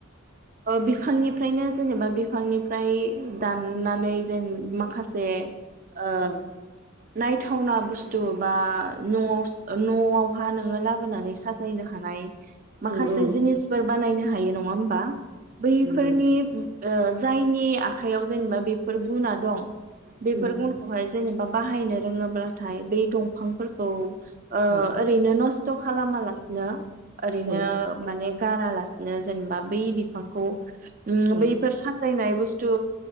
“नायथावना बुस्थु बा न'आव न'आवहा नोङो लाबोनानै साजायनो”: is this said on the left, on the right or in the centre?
Right